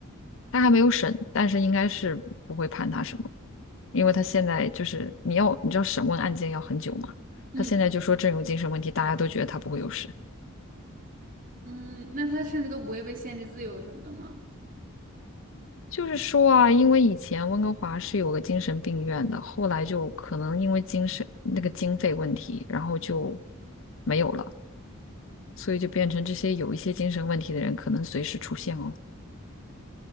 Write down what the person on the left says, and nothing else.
他还没有审，但是应该是不会判他什么，因为他现在就是你要你知道审问案件要很久嘛，
他现在就说真有精神问题，大家都觉得他不会有事。
就是说啊，因为以前温哥华是有个精神病院的，后来就可能因为精神那个经费问题，然后就没有了，所以就变成这些有一些精神问题的人可能随时出现哦，